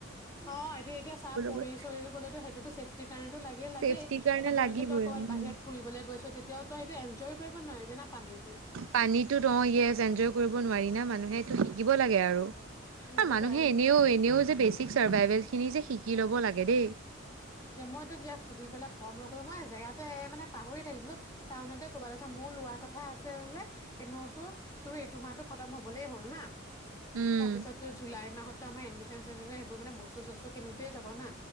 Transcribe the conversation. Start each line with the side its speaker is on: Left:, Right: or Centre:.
Left: অ এইটো এতিয়া চাহ পৰি
Right: গ'ল
Left: চৰি গলেতো সেইটোতো চেফ্টিৰ কাৰণটো লাগেই লাগেই
Right: ছেফটিৰ কাৰণে
Left: এতিয়া ধৰক
Right: লাগিবই
Left: তই কৰবাত
Right: উম
Left: বাহিৰত ফুৰিবলৈ গৈছ। তেতিয়া তই এইটো এন্জয় কৰিব নোৱাৰিবি না পানীত
Right: পানীতো ৰ ইয়েচ এনয‌ই। কৰিব নোৱাৰি না মানুহে এইটো শিকিব লাগে আৰু।
Left: সেইটো
Right: আৰু মানুহে
Left: কাৰণে
Right: এনেও এনেও যে বেচিক চাৰ্ভাইভেল খিনি যে শিকি ল'ব লাগে দেই
Left: মই তোক ইয়াক সুধি পেলাই কম লগো মই জেগাটো মানে পাহৰি থাকিলো টাউনতে ক'বাত আছে মোৰ লোৱাৰ কথা আছে যে এনেতো তোৰ এইটো মাহটো খতম হবলেই হ'ল না।
Right: উম,
Left: তাৰপিছতো জুলাই মাহত ত আমাৰ এডমিচন চেডমিচন সেইবোৰ মানে বস্তু চস্তু কিনোতে যাব না